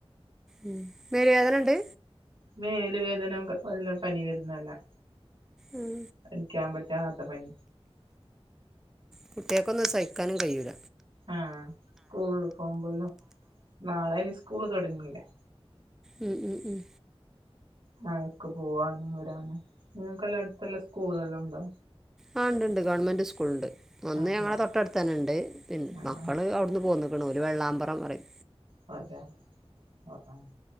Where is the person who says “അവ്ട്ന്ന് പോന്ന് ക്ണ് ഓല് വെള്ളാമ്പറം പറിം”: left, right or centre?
Centre